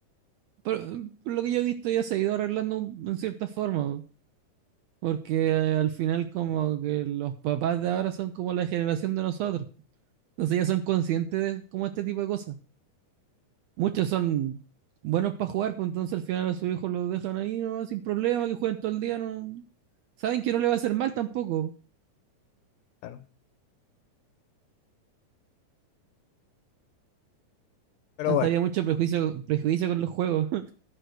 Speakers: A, on the right; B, on the left.
A: Por, por lo que yo he visto ya se ha ido arreglando un- en cierta forma, porque al final como que los papás de ahora son como la generación de nosotros, entonces ya son conscientes de como este tipo de cosas. Muchos son buenos para jugar, pues entonces al final a su hijo lo dejan ahí, ¿no? Sin problema, que jueguen todo el día, no. Saben que no le va a hacer mal tampoco.
B: Claro. Pero
A: Antes
B: bueno,
A: había mucho prejuicio, prejuicio con los juegos. <laughs>